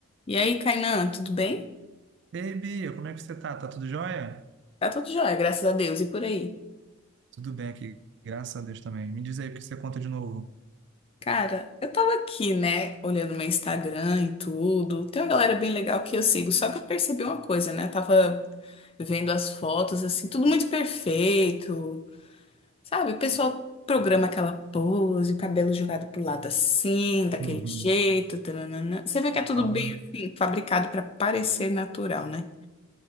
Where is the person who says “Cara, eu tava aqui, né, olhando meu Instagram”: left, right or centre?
Left